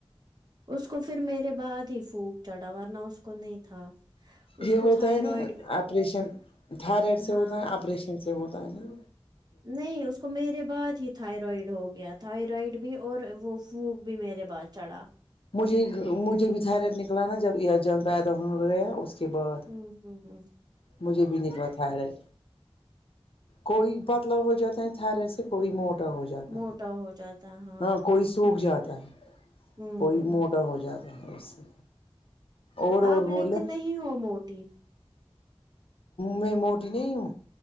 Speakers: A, on the right (about 40°); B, on the left (about 65°).
A: اس کو پھر میرے بعد ہی فلو چڑھا ورنا اس کو نہیں تھا اس
B: یہ
A: کو
B: ہوتا
A: تھائرائڈ
B: ہے نہ آپریشن تھائرائڈ سے
A: ہاں
B: ہوتا ہے آپریشن سے ہوتا ہے نہ
A: نہیں اس کو میرے بعد ہی تھائرائڈ ہو گیا تھائرائڈ بھی اور وہ فلو بھی میرے بعد چڑھا
B: مجھے مجھے بھی تھائریائڈ نکلا نہ جب یہ ازاں پیدا ہو اس کے بعد
A: ھممم ھمم ھمم
B: مجھے بھی نکلا تھائرائڈ کوئی پتلا ہو جاتا ہے تھائرائڈ سے کوئی موٹا ہو جاتا
A: موٹا ہو جاتا ہاں
B: اور کوی سوکھ جاتا ہے
A: ہوں
B: کوئی موٹا ہو جاتا ہے اس سے اور اور
A: آپ
B: بولے
A: لیکن نہیں ہو موٹی
B: میں موٹی نہیں ہوں